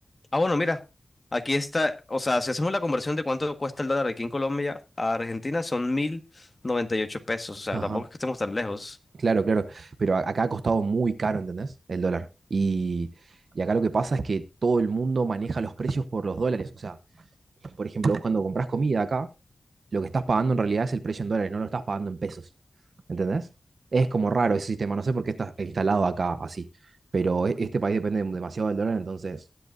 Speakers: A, on the left (about 30°); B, on the right (about 75°).
A: Ah, bueno, mira, aquí está, o sea, si hacemos la conversión de cuánto cuesta el dólar aquí en Colombia a Argentina, son mil noventa y ocho pesos, o sea,
B: Ajá.
A: tampoco es que estemos tan lejos.
B: Claro, claro, pero a- acá ha costado muy caro, ¿entendés? El dólar. Y, y acá lo que pasa es que todo el mundo maneja los precios por los dólares. O sea, por ejemplo, vos cuando compras comida acá, lo que estás pagando en realidad es el precio en dólares, no lo estás pagando en pesos. ¿Entendés? Es como raro ese sistema, no sé por qué está instalado acá así, pero e- este país depende demasiado del dólar, entonces